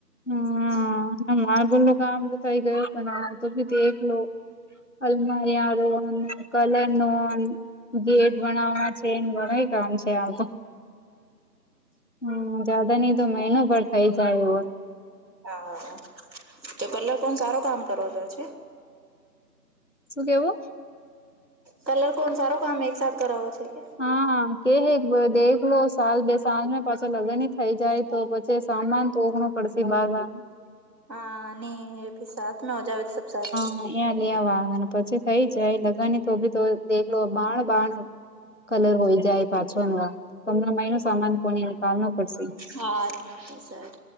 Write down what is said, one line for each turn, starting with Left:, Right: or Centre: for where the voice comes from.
Left: હા મારે બલો આમ તો થઈ ગયો પણ આ તો બી દેખલો અલમારી આર કલર નો ન ગેટ બનાવા છે એ ઘણા કામ છે આવ તો હમ જયાદા નહિ તો મહિનો પર થઇ જાય એવો
Right: હા તો કલર કોણ સારો કામ કરવો જો છે.
Left: શું કેવો?
Right: કલર કોણ સારો કામ એકસાથ કરાવો છે કે?
Left: હા હા કેહે દેખ લો સાલ બે સાલ પાછા લગ્ન થઈ જાય. તો પછી સામાન તો ઓઘણું પડશે બાર વાર
Right: હા ની સાત મે આવજાવ તો સબ સાત
Left: હ અં લ વાગ પછી થઈ જાય લગાની તો બી તો દેખડો બાણ બાણ કલર હોય જાય પાછો ન તમને માલ ન સામાન કોને નીકાલ ન પડશે.
Right: હા સર